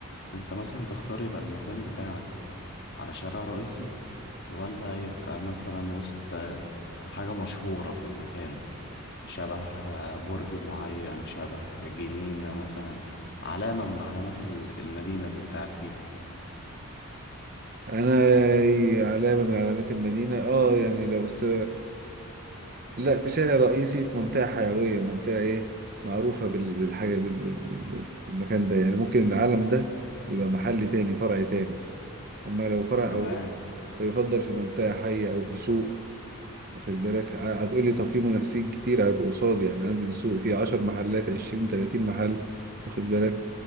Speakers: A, on the left; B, on the right.
A: انت مثلا تختار يبقى المكان بتاعك على شارع رئيسي ولا يبقى مثلا وسط آه، حاجة مشهورة في المكان شبه آه، برج معين شبه جنينة مثلا علامة من علامات ال- المدينة اللي انت قاعد فيها
B: انا علامه من علامات المدينه اه يعني لو بس لا في شارع رئيسي في منطقه حيويه منطقه ايه معروفه بال... بالحاجه بال... بال... بال- بالمكان ده يعني ممكن العالم ده يبقى محل تاني فرع تاني أما لو فرع
A: تمام
B: أول فيفضل في منطقة حية أو في سوق واخد بالك ع- هتقولي طب في منافسين كتير هيبقوا قصادي يعني أنزل السوق فيه 10 محلات 20 30 محل واخد بالك